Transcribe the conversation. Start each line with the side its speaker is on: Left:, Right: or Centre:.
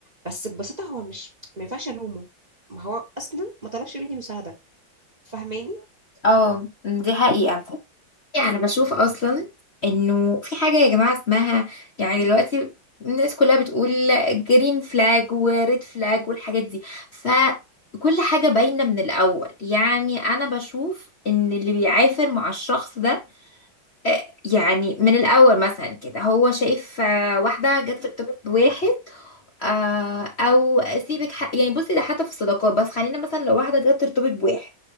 Right: بس ببساطه هو مش ما ينفعش الومه ما هو اصلا ما طلبش مني مساعده فاهماني
Left: اه دي حقيقة يعني بشوف اصلا انه في حاجة يا جماعة اسمها يعني دلوقتي الناس كلها بتقول جرين فلاج وريد فلاج والحاجات دي فكل حاجة باينة من الاول يعني انا بشوف ان اللي بيعافر مع الشخص ده آه، يعني من الاول مثلا كده هو شايف آه، واحدة جت في ارتباط بواحد آه، او سيبك ح... يعني بصي ده حتى في الصداقات بس خلينا مثلا لو واحده جت ترتبط بواحد